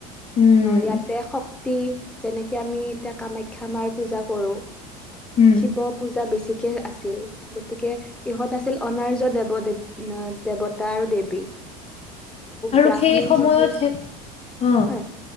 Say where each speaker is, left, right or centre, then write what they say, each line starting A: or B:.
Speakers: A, on the left; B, in the centre.
A: উম
B: ইয়াতে। ইতি যেনেকে আমি এতিয়া কামাখ্যা মাৰ পূজা কৰো।
A: উম
B: শিৱ পূজা বেছি। বেছি কে আছিল গতিকে ইহঁত আছিল অনাৰ্য দেৱ- দেৱী। ন দেৱতা আৰু দেৱী।
A: আৰু
B: ব্ৰাহ্মীণ
A: সেই সময়ত
B: যিবোৰ
A: সেই অ'
B: হয়